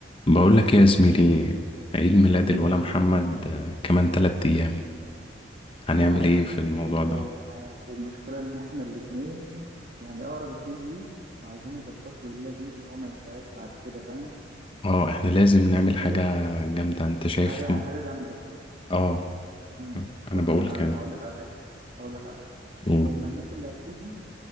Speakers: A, on the left; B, on the right.
A: بقول لك ايه يا زميلي عيد ميلاد
B: ايه
A: الولا
B: يا معلم
A: محمد آه، كمان تلات ايام هنعمل
B: انا عارف
A: ايه في
B: يا زميلي
A: الموضوع
B: والله
A: ده
B: انا عارف والمشكله ان احنا الاتنين يعني اقرب اتنين ليه وعايزين نظبط له الليله دي اللي هو ما ينساهاش بعد كده فاهم
A: اه احنا لازم
B: انت
A: نعمل
B: شايف
A: حاجة جامدة انت شايف
B: حاجه
A: م-
B: حاجه جامده
A: اه
B: امم بص
A: انا بقول
B: يا معلم
A: كده
B: اقول لك على حاجه اقول لك على حاجه
A: قول
B: هما الناس اللي هتيجي